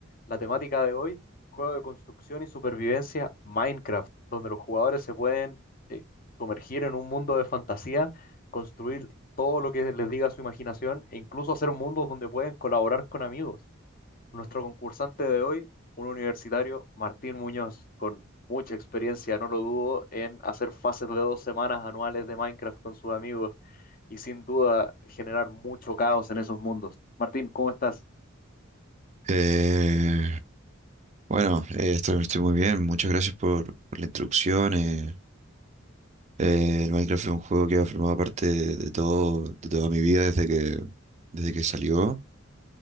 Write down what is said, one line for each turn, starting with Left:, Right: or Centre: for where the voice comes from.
Left: La temática de hoy, juego de construcción y supervivencia Minecraft, donde los jugadores se pueden eh, sumergir en un mundo de fantasía, construir todo lo que les diga su imaginación e incluso hacer mundos donde pueden colaborar con amigos. Nuestro concursante de hoy, un universitario, Martín Muñoz, con mucha experiencia, no lo dudo, en hacer fases de dos semanas anuales de Minecraft con sus amigos y sin duda generar mucho caos en esos mundos. Martín, ¿cómo estás?
Right: Eh, bueno, eh, estoy, estoy muy bien. Muchas gracias por, por la introducción. eh. Eh, el Minecraft es un juego que ha formado parte de, de todo, de toda mi vida desde que, desde que salió.